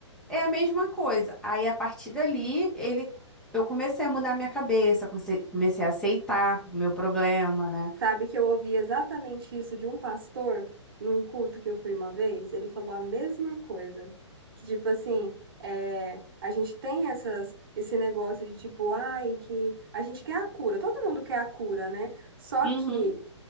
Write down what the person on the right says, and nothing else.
Sabe que eu ouvi exatamente isso de um pastor num culto que eu fui uma vez? Ele falou a mesma coisa. Que tipo assim, é, a gente tem essas, esse negócio de tipo, ai, que a gente quer a cura, todo mundo quer a cura, né? Só
que